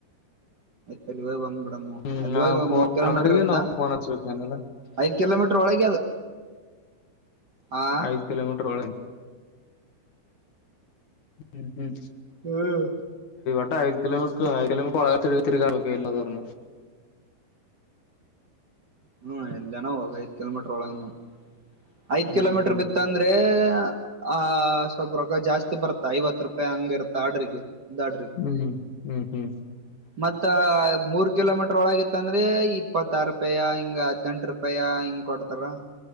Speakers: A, on the right (about 70°); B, on the left (about 55°).
A: ತಲುವೇ ಬಂದ್ಬಿಡನ್ನ
B: ಹ್ಮ್
A: ಅಲ್ಲಿಗ
B: ಆ
A: ಒ
B: ಫೋನ್
A: ಮೂರ್ ಕಿಲೋಮೀಟರ್
B: ನಂಬರ್ಗೆ
A: ಇ್ದ
B: ನಾವು ಫೋನ್ ಹಚ್ಬೇಕೇನಲ್ಲ
A: ಐದ್ ಕಿಲೋಮೀಟರ್ ಒಳಗೆ ಅದು ಆ
B: ಐದು ಕಿಲೋಮೀಟರ್ ಒಳ ಹ್ಮ್ ಹ್ಮ್
A: ಹ್ಮ್
B: ಟ್ಟ ಆಯರ ಕಿಲೋಮೀಟರ್ ಆ ಕಿಲೊಮೀಟರ್ ಒಳಗಳ ಎಲ್ಲ ತ
A: ಹ್ಮ್ ಎಲ್ಲನ ಹೋಗ ಐದ ಕಿಲೋಮೀಟ್ರರ್ ಒಳಗ ಐದ್
B: ಹ್ಮ್
A: ಕಿಲೋಮೀಟರ್
B: ಹ್ಮ್
A: ಬಿತ್ತ ಅಂದ್ರೆ ಆ ಸ್ವಲ್ಪ ರೊಕ್ಕ ಜಾಸ್ತಿ ಬರ್ತಾ ಐವತ್ ರೂಪಾಯಿ ಹಂಗ ಇರ್ತ ಆಡ್ರಿಗೆ ದಾಡ್ರಿ
B: ಹ್ಮ್ ಹ್ಮ್ ಹ್ಮ್
A: ಮತ್ತ ಮೂರ್ ಕಿಲೋಮೀಟರ್ ಒಳಗಿತ್ತ ಅಂದ್ರೆ ಇಪ್ಪತ್ತಾರು ರೂಪಾಯಿ ಹಿಂಗ ಹದ್ನೆೆಂಟು ರೂಪಾಯ ಹಿಂಗ್ ಕೊಡ್ತಾರ